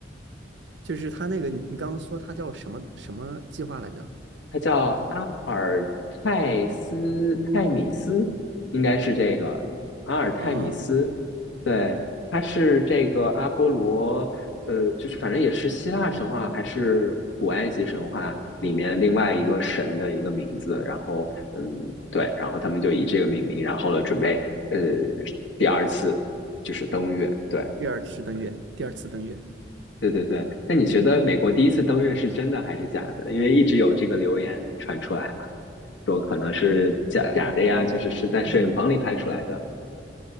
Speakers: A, on the right; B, on the left.
A: 就是它那个，你你刚刚说它叫什么什么计划来着？
B: 它叫阿尔泰斯泰米斯，应该是这个阿尔泰米斯。
A: 哦，
B: 对，它是这个阿波罗，呃，就是反正也是希腊神话还是古埃及神话里面另外一个神的一个名字。然后，嗯，对，然后他们就以这个命名，然后呢，准备呃第二次就是登月。对，
A: 第二次登月，第二次登月。
B: 对对对。那你觉得美国第一次登月是真的还是假的？因为一直有这个流言传出来嘛。说可能是假假的呀，
A: 嗯，
B: 就是是在摄影棚里拍出来的。
A: 其实我